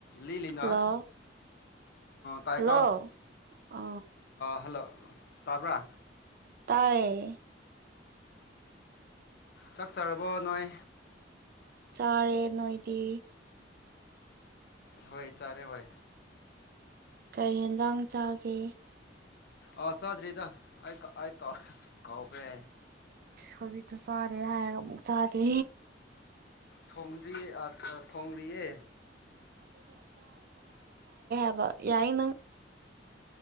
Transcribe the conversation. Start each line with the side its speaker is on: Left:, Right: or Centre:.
Left: ꯂꯤ ꯂꯅꯥ
Right: ꯍꯜꯂꯣ
Left: ꯇꯥꯏꯀꯣ
Right: ꯍꯜꯂꯣ ꯑ
Left: ꯍꯜꯂꯣ ꯇꯥꯕ꯭ꯔꯥ
Right: ꯇꯌꯦ
Left: ꯆꯥꯛꯆꯔꯕꯣ ꯅꯣꯏ
Right: ꯆꯥꯔꯦ ꯅꯣꯏꯗꯤ
Left: ꯍꯣꯏ ꯆꯥꯔꯦ ꯍꯣꯏ
Right: ꯀꯩ ꯌꯦꯦꯟꯖꯥꯡ ꯆꯥꯒꯦ
Left: ꯑꯥ ꯆꯥꯗ꯭ꯔꯤꯗ ꯑꯩ ꯑꯩ ꯀꯥꯎ ꯀꯥꯎꯈ꯭ꯔꯦ
Right: ꯍꯧꯖꯤ ꯆ ꯁꯔꯦ ꯍꯥꯏ ꯃꯨ ꯆꯥꯗ
Left: ꯊꯣꯡꯗ꯭ꯔꯤꯌꯦ ꯊꯣꯡ꯭ꯔꯤꯌꯦ
Right: ꯑ ꯌꯥꯏꯅ